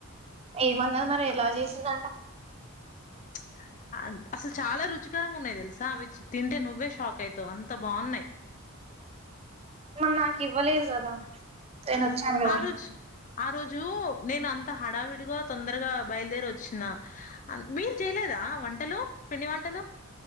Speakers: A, on the right; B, on the left.
A: ఏమన్నది మరి ఎలా చేసిందంట
B: <inaudible> అసలు చాలా రుచికరంగా ఉన్నాయి తెలుసా అవి తింటే నువ్వే షాక్ అయితవు అంత బాగున్నయి
A: మరి నాకు ఇవ్వలేదు కదా నేను వచ్చాను కదా
B: ఆ రోజు ఆ రోజు నేను అంత హడావిడిగా తొందరగా బయలుదేరి వచ్చిన మీరు చేయలేదు దా వంటలు పిండి వంటలు